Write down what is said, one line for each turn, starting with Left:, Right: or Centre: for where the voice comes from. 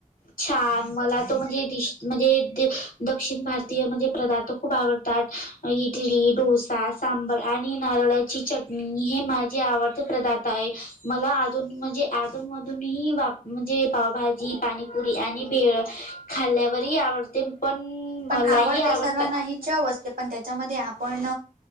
Left: छान मला तो म्हणजे डिश म्हणजे दक्षिण भारतीय म्हणजे पदार्थ खूप आवडतो ताट ईडली डोसा सांबर आणि नारळाची चट हे माझे आवडते पदा मला अधून म्हणजे आ मधून ही म्हणजे पावभाजी पाणीपुरी पुरी आणि भेळ खाल्ल्यावरही आवडते. पण
Right: पण
Left: मलाही
Right: आवडते
Left: आवडतात.
Right: सर्वांना हे चाव ते पण त्याच्यामध्ये आपण